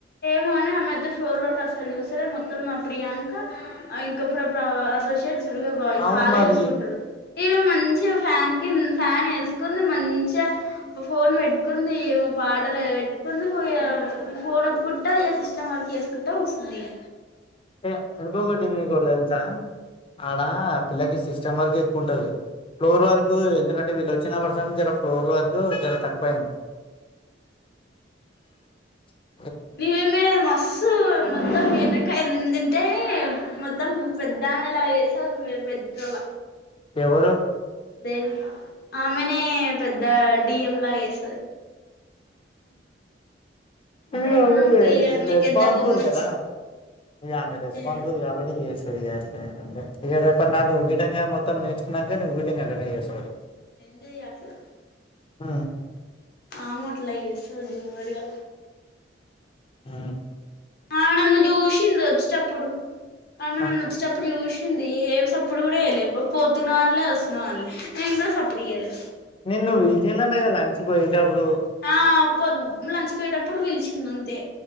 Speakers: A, on the left; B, on the left.
A: మ కాని ఆమె అయితే ఫ్లోర్ వర్క్ అసలు చూసారే మొత్తం మా ప్రియాంక ఇంక అసోసియేట్ చురుగా బాయ్
B: అవు
A: చాలా
B: మరి
A: చూసుకుంటారు ఇవి మంచిగా ఫ్యాన్ ఫ్యాన్ వేసుకుని మంచిగా ఫోన్ పెట్టుకుంది ఏమో పాటలు పెట్టుకుంది ఫోన్ వతుకుంటా ఏ సిస్మ్ వరకు చేసుకుంటా కుస్తుంది ఈగ
B: ఏ చం గడద ఎసా ఆడా పిల్లకి సిస్టమ్ వర్క్ ఎక్కువ ఉంటది ఫ్లోర్ వర్క్ ఎందుకంటే వీళ్ళచ్చ వ చిన పడుసంల ఫ్లోర్ వరకు చాలా తక్కువ అయింది హ
A: నమే మస్ మ మీనకాయ ఎందింత అంటే మొత్తం పెద్దాన్న ఇలా వేస పెట్టోల
B: ఎవరు
A: దేవి ఆమెనే పెద్ద డిఎంలా చేస్తది నువ్వేమని
B: అ
A: అనుకో ఇగ నీకెంత
B: రెస్పాసిబల్
A: కోపం వచ్చింది
B: కదా ఇయామె రెస్పపాన్సిబల్
A: ఇగ
B: కాబటి చే ఇక రేప నా ను్ విటంగా మొత్తం నేచున్నాక వింగా రెడీ చేస్తా
A: చేయ అట్లా
B: ఆ
A: ఆమో చేస్తది ఓవర్ గా
B: ఆ
A: ఆమె నన్ను చూసింది వచ్చేటప్పుడు ఆమె నన్ను
B: ఆ
A: వచ్చేటప్పుడు చూసింది ఏ సప్పుడు కూడా వ వెయాలలే పోతున్నా అనలే వస్తున్నా అనలే ఇంకా సప్పుడువయ్యాలి
B: నిన్న నువ్వు విలిచిందం లంచ్కి పోయేటప్పుడు
A: ఆ పొద్ లంచ్కి యేటప్పుడు పిలిచింది అంతే